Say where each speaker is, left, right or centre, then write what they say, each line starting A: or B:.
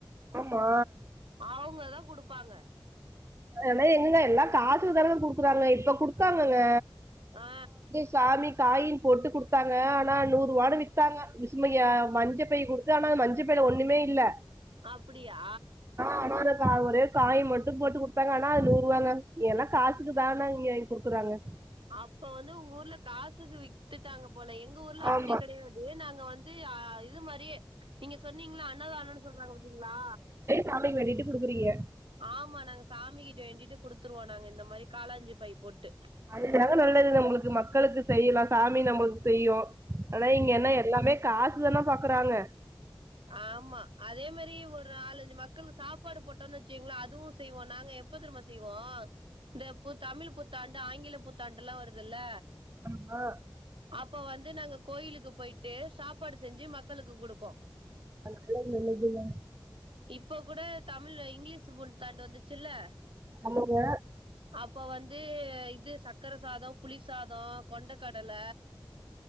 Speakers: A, on the right (about 30°); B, on the right (about 75°).
A: ஆமா
B: அவுங்கதா குடுப்பாங்க
A: அதெல்லா எங்கங்க எல்லா காசுகதானங்க குடுக்கறாங்க இப்ப குடுகத்தாங்கங்க
B: ஆ
A: சாமி காயின் போட்டு குடுத்தாங்க ஆனா நூருவானு வித்தாங்க விசுமயா மஞ்சப்பை குடுத்து ஆனா மஞ்சப்பைல ஒண்ணுமே இல்ல
B: அப்பிடியா
A: ஆமாங்கக்கா ஒரே காய் மட்டு போட்டு குடு தாங்க ஆனா அது நூறு ரூவாங்க ஏனா காசுக்கு தான இங்கங் குடுக்குறாங்க
B: அப்ப வந்து உங் ஊர்ல காசுக்கு வித்துட்டாங்க போல எங்ஊர்ல அப்புடி
A: ஆமா
B: கெடயாது அது நாங்க வந்து ஆ இது மாரியே நீங்க சொன்னீங்ல அன்னதானோன் சொல்றாங்க பாத்தீங்ளா
A: சாமிக் வேண்டிட்டு குடுக்குறீய
B: ஆமா நாங்க சாமி கிட்ட வேண்டிட்டு குடுத்துருவோ நாங்க இந்த மாரி காலாஞ்சு பை போட்டு
A: அதுதாங்க நல்லது நம்ளுக்கு மக்களுக்கு செய்லா சாமி நம்ளுக்கு செய்யு ஆனா இங்க என்ன எல்லாமே காசு நல்லா பாக்குறாங்க
B: ஆமா அதே மேரி ஒரு நாலஞ்சு மக்களுக்கு சாப்பாடு போட்டோன் வச்சுங்ளேன் அதுவு செய்வோ நாங்க எ ப்ப தெர்மா செய்வோ இந்த பு தமிழ் புத்தாண்டு ஆங்கில புத்தாண்டுல்லா வருதுல்ல
A: ஆமா
B: அப்ப வந்து நாங்க கோயிலுக்கு போய்ட்டு சாப்பாடு செஞ்சு மக்களுக்கு குடுப்போ
A: அது நாலா பண்ணதில்ல
B: இப்ப கூட தமிழு‌ இங்கிலீஷ் புத்தாண்டு வந்துச்சுல்ல
A: ஆமாங்க
B: அப்ப வந்து இது சக்கர சாதோம் புளி சாதோம் கொண்ட கடல